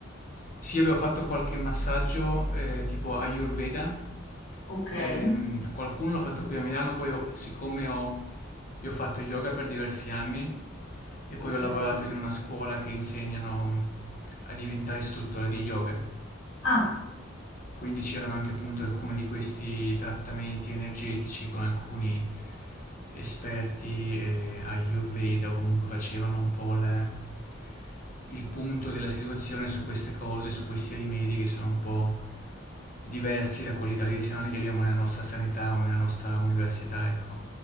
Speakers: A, on the left; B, on the left.
A: sì, io avevo fatto qualche massaggio eh, tipo Ayurveda,
B: Okay,
A: ehm, qualcuno l'ho fatto qui a Milano, poi ho- siccome ho, io ho fatto yoga per diversi anni e poi
B: okay.
A: ho lavorato in una scuola che insegnano a diventare istruttore di yoga.
B: Ah,
A: Quindi c'erano anche appunto alcuni di questi trattamenti energetici con alcuni esperti eh, Ayurveda o comunque facevano un po' le- il punto della situazione su queste cose, su questi rimedi che sono un po' diversi da quelli tradizionali che abbiamo nella nostra sanità o nella nostra università, ecco.